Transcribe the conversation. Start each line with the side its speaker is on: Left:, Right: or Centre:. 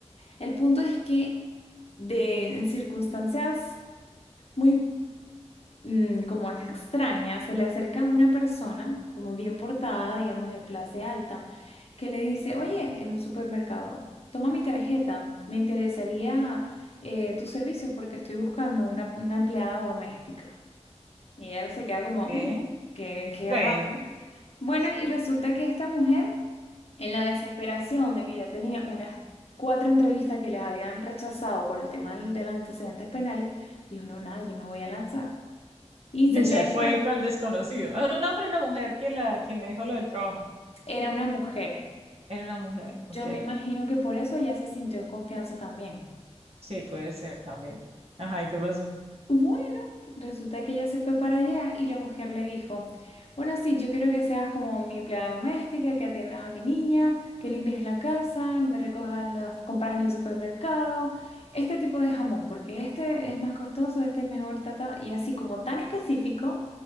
Left: El punto es que de, en circunstancias muy mm, como es extraña, se le acerca una persona, como bien portada, digamos de clase alta, que le dice, oye, en un supermercado, toma mi tarjeta, me interesaría eh, tus servicios porque estoy buscando una, una empleada doméstica. Y ella se queda como,
Right: Ok,
Left: "Mm, qué, qué
Right: Bueno,
Left: raro. Bueno, y resulta que esta mujer, en la desesperación de que ya tenía unas cuatro entrevistas que les habían rechazado por el tema del- de los antecedentes penales, dijo, no, nada, yo me voy a lanzar. Y
Right: <laughs>
Left: se-
Right: o
Left: le,
Right: sea, fue
Left: le
Right: esto al desconocido. ¿Era un hombre o una mujer? ¿Quién la, quién le dijo lo del trabajo?
Left: Era una mujer.
Right: Era una mujer, ok.
Left: Yo me imagino que por eso ella se sintió en confianza también.
Right: Sí, puede ser también. Ajá, ¿y qué pasó?
Left: Bueno, resulta que ella se fue para allá y la mujer le dijo, bueno, sí, yo quiero que seas como mi empleada doméstica, que atiendas a mi niña, que limpies la casa, me recojas las compras en el supermercado, este tipo de jamón, porque este es más costoso, este es mejor, tata, y así como tan específico